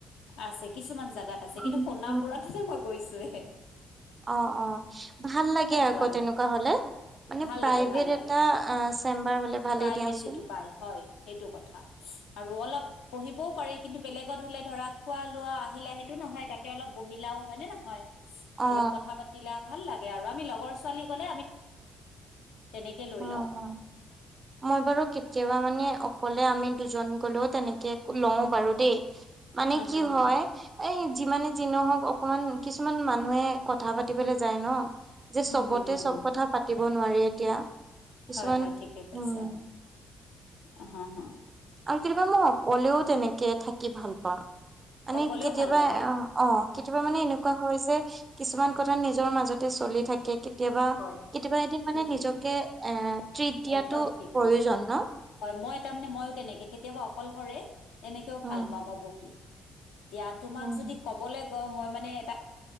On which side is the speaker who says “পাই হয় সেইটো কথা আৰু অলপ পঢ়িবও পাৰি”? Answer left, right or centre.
Left